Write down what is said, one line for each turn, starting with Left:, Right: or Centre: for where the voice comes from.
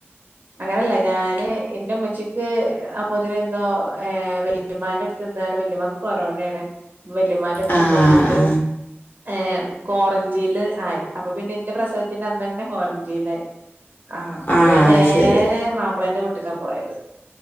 Right: അങ്ങനെയല്ല ഞാന് എന്റെ ഉമ്മച്ചി <unintelligible> അപ്പൊതിനെ എന്തോ വലീമാന്റെ അടുത്ത് എന്ത വല്യമാക്ക് കൊറോണാണ് വെല്യമാന്റെ അടുത്ത്
Left: ആ
Right: എന്തണ്ട്
Left: ആ
Right: ഏ കോററ്റില് ആയി അപ്പൊ പിന്നെ എന്റെ പ്രസവത്തിന്റെ അന്ന് തന്നെ കോററ്റീലായി ആഹ് അപ്പൊ
Left: ആ
Right: ഞാൻ
Left: അത്
Right: നേരെ
Left: ശരി
Right: മാപ്പിളന്റെ വീട്ടക്കാ പോയത്